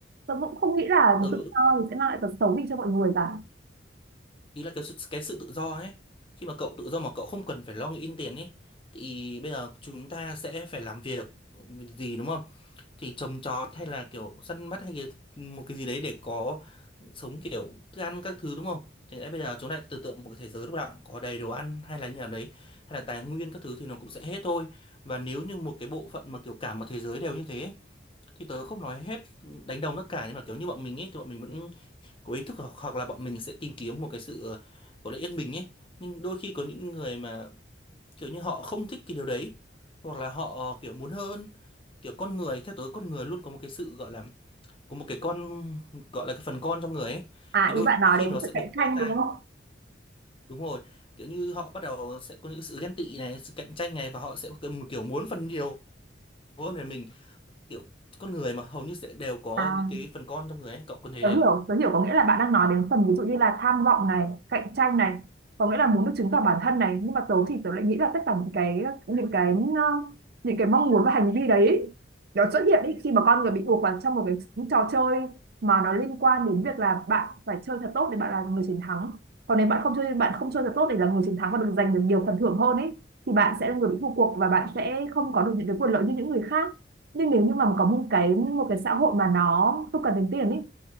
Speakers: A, on the right; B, on the left.
A: tớ cũng không nghĩ là
B: tớ
A: tự do thì sẽ mang lại tật xấu gì cho mọi người cả
B: ý là cái sự, cái sự tự do ấy khi mà cậu tự do mà cậu không cần phải lo nghĩ đến tiền ấy thì bây giờ chúng ta sẽ phải làm việc gì đúng không thì trồng trọt hay là kiểu săn bắt hay cái, một cái gì đấy để có sống kiểu thức ăn các thứ đúng không thì lẽ bây giờ chúng ta lại tưởng tượng một cái thế giới lúc nào cũng có đầy đồ ăn hay là như nào đấy hay là tài nguyên các thứ thì nó cũng sẽ hết thôi và nếu như một cái bộ phận mà kiểu cả một thế giới đều như thế ấy, thì tớ không nói hết đánh đồng tất cả nhưng mà kiểu như bọn mình ấy thì bọn mình vẫn có ý thức hoặc, hoặc là bọn mình sẽ tìm kiếm một cái sự ờ, có lẽ yên bình ấy nhưng đôi khi có những người mà kiểu như họ không thích cái điều đấy hoặc là họ ờ, kiểu muốn hơn kiểu con người theo tớ con người luôn có một cái sự gọi là có một cái con gọi là cái phần con trong người ấy
A: à
B: thì đôi
A: ý bạn nói
B: khi
A: đến
B: nó sẽ
A: sự cạnh
B: bộc phát
A: tranh
B: ra
A: đúng không
B: đúng rồi kiểu như họ bắt đầu sẽ có những sự ghen tị này sự cạnh tranh này và họ sẽ kiểu kiểu muốn phần nhiều hơn về mình kiểu con người mà hầu như sẽ đều có
A: à
B: những cái phần con trong người ấy cậu có thể
A: Tớ hiểu, tớ hiểu có nghĩa là bạn đang nói đến phần ví dụ như là tham vọng này, cạnh tranh này, có nghĩa là muốn được chứng tỏ bản thân này, nhưng mà tớ thì tớ lại nghĩ là tất cả những cái những cái ờ, những cái mong muốn và hành vi đấy nó xuất hiện ý, khi mà con người bị buộc vào trong một cái trò chơi mà nó liên quan đến việc là bạn phải chơi thật tốt để bạn là người chiến thắng. Còn nếu bạn không chơi bạn không chơi thật tốt để là người chiến thắng và được giành được nhiều phần thưởng hơn ấy thì bạn sẽ là người bị thua cuộc và bạn sẽ không có được những cái quyền lợi như những người khác. Nhưng nếu như mà có một cái một cái xã hội mà nó không cần đến tiền ấy